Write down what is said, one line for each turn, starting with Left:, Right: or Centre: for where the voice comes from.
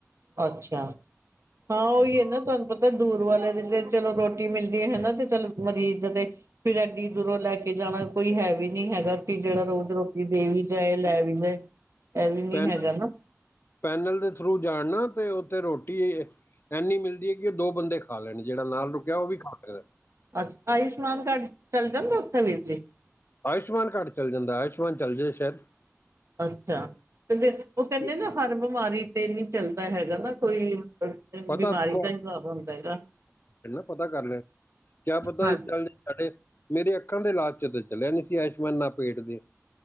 Right: ਅੱਛਾ ਹਾਂ ਉਹੀ ਹੈ ਨਾ ਤੁਹਾਨੂੰ ਪੱਤਾ ਤੰਦੂਰ ਵਾਲੇ ਦੀ ਤੇ ਚਲੋ ਰੋਟੀ ਮਿਲਦੀ ਹੈ ਨਾ ਤੇ ਚੱਲ ਮਰੀਜ਼ ਤੇ ਫਿਰ ਐਡੀ ਦੂਰੋਂ ਲੈ ਕੇ ਜਾਣਾ ਕੋਈ ਹੈ ਵੀ ਨਹੀਂ ਹੈਗਾ ਜਿਹੜਾ ਰੋਜ਼ ਰੋਟੀ ਦੇ ਵੀ ਜਾਏ ਲੈ ਵੀ ਜਾਏ ਇਹ ਵੀ ਨੀ
Left: ਪੈਨ
Right: ਹੈਗਾ ਨਾ
Left: ਪੈਨਲ ਦੇ ਥਰੂ ਜਾਣਨਾ ਤੇ ਉੱਥੇ ਰੋਟੀ ਇੰਨੀ ਮਿਲਦੀ ਹੈ ਕਿ ਉਹ ਦੋ ਬੰਦੇ ਖਾ ਲੈਣ ਜਿਹੜਾ ਨਾਲ ਰੁਕਿਆ ਉਹ ਵੀ ਖਾ ਸਕਦਾ
Right: ਅੱਛਾ ਆਯੁਸ਼ਮਾਨ ਕਾਰਡ ਚੱਲ ਜਾਂਦਾ ਉੱਥੇ ਵੀਰ ਹੀ
Left: ਆਯੁਸ਼ਮਾਨ ਕਾਰਡ ਚੱਲ ਜਾਂਦਾ ਆਯੁਸ਼ਮਾਨ ਚੱਲ ਜਾਏ ਸ਼ਾਇਰ
Right: ਅੱਛਾ ਕਹਿੰਦੇ ਉਹ ਕਹਿੰਦੇ
Left: ਕਿ-
Right: ਨਾ ਹਰ ਬਿਮਾਰੀ ਤੇ ਨਹੀਂ ਚੱਲਦਾ ਹੈਗਾ ਨਾ ਕੋਈ
Left: ਪਤਾ
Right: ਬਿਮਾਰੀ
Left: ਪ-
Right: ਦਾ ਹੀ ਹਿਸਾਬ ਹੁੰਦਾ ਹੈਗਾ
Left: ਨਾ ਪਤਾ ਕਰ ਲੈ ਕਿਆ ਪਤਾ
Right: ਹਾਂਜੀ
Left: ਚੱਲ ਸਾਡੇ ਮੇਰੇ ਅੱਖਾਂ ਦੇ ਇਲਾਜ ਚ ਤਾਂ ਚਲਿਆ ਨੀ ਸੀ ਆਯੁਸ਼ਮਾਨ ਨਾ ਪੇਟ ਦੇ